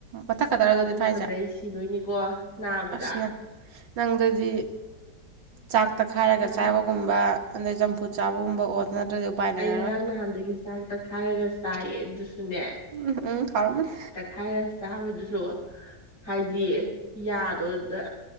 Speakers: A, on the right; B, on the left.
A: ꯃꯊꯛ
B: ꯄꯨꯂꯞ
A: ꯈꯛꯇꯔ
B: ꯐꯥꯔꯛꯄ
A: ꯑꯗꯨꯗꯤ ꯐꯥꯏꯁꯦ
B: ꯃꯇꯝꯗ ꯑꯩ ꯁꯤꯗꯣꯏꯅꯤꯀꯣ ꯅꯥꯕꯗ
A: ꯑꯁꯅ ꯅꯪꯗꯗꯤ ꯆꯥꯛ ꯇꯛꯈꯥꯏꯔꯒ
B: ꯅꯥꯏ
A: ꯆꯥꯕꯒꯨꯝꯕ ꯑꯗꯩ ꯆꯝꯐꯨꯠ ꯆꯥꯕꯒꯨꯝꯕ ꯑꯣꯠ ꯅꯇꯔꯗꯤ ꯎꯄꯥꯏ ꯂꯩꯔꯔꯣꯏ
B: ꯑꯩ ꯉꯔꯥꯡ ꯅꯍꯥꯟꯗꯒꯤ ꯆꯥꯛ ꯇꯛꯈꯥꯏꯔꯒ ꯆꯥꯏꯌꯦ ꯑꯗꯨꯁꯨꯅꯦ
A: ꯎꯝ ꯎꯝ ꯍꯥꯎꯔꯝꯃꯅꯤ
B: ꯈꯥꯏꯔ ꯆꯥꯕꯗꯨꯁꯨ ꯍꯥꯏꯗꯤ ꯌꯥꯗꯣꯗ